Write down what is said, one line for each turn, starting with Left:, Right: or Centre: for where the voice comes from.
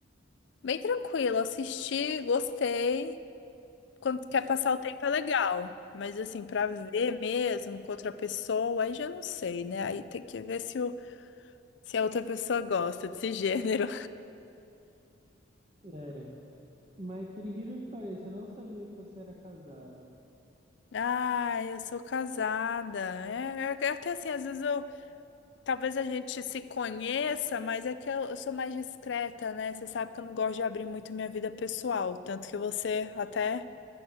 Left: bem tranquilo. Assisti, gostei. Quando quer passar o tempo é legal. Mas assim, pra ver mesmo com outra pessoa, aí já não sei, né? Aí tem que ver se, o, se a outra pessoa gosta desse <laughs> gênero.
Right: É. Mas por incrível que pareça, eu não sabia que você era casada.
Left: Ah, eu sou casada. É, é- é que assim, às vezes eu. Talvez a gente se conheça, mas é que eu, eu sou mais discreta, né? Você sabe que eu não gosto de abrir muito minha vida pessoal. Tanto que você até